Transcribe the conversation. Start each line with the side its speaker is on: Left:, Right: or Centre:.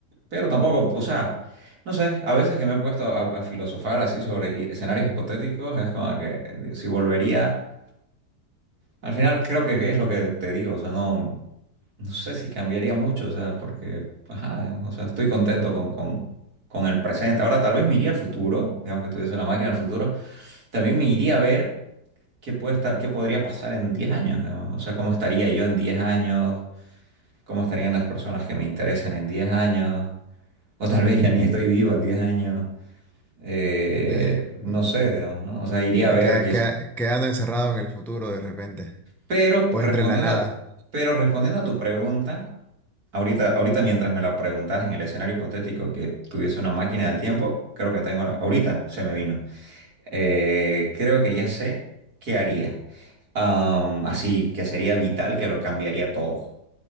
Right: pero tampoco, o sea, no sé, a veces que me he puesto a, a filosofar así sobre hi- escenarios hipotéticos, es como que eh, si volvería, al final creo que es lo que te digo, o sea, no, no sé si cambiaría mucho, o sea, porque, ajá, digamos, o sea, estoy contento con, con, con el presente. Ahora tal vez me iría al futuro, digamos que tuviese una máquina del futuro, también me iría a ver qué puede estar, qué podría pasar en 10 años, digamos. O sea, cómo estaría yo en 10 años, cómo estarían las personas que me interesan en 10 años, o tal vez ya ni estoy vivo en 10 años. Eh,
Centre: De, mm,
Right: no sé, digamos, ¿no? O sea, iría a ver
Centre: que-
Right: qué
Centre: que-
Right: es.
Centre: quedando encerrado en el futuro de repente.
Right: Pero
Centre: O
Right: respondiendo,
Centre: entre la nada.
Right: pero respondiendo a tu pregunta, ahorita, ahorita mientras me la preguntas en el escenario hipotético que tuviese una máquina del tiempo, creo que tengo, ahorita
Centre: Ujú.
Right: se me vino. Eh, creo que ya sé qué haría. Am, así que sería vital que lo cambiaría todo.